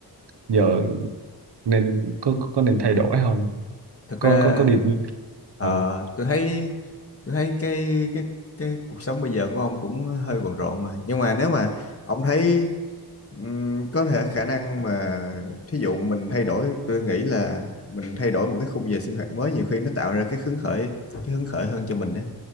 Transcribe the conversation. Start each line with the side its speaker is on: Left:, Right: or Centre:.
Right: giờ nên có, có có nên thay đổi không
Left: thật
Right: có
Left: ra
Right: có có đi
Left: ờ,
Right: ừ.
Left: tôi thấy tôi thấy cái cái cái cuộc sống bây giờ của ông cũng hơi bận rộn mà. Nhưng mà nếu mà ông thấy ừm, có thể khả năng mà thí dụ mình thay đổi, tôi nghĩ là mình thay đổi một cái khung giờ sinh hoạt mới nhiều khi nó tạo ra cái hứng khởi cái hứng khởi hơn cho mình á.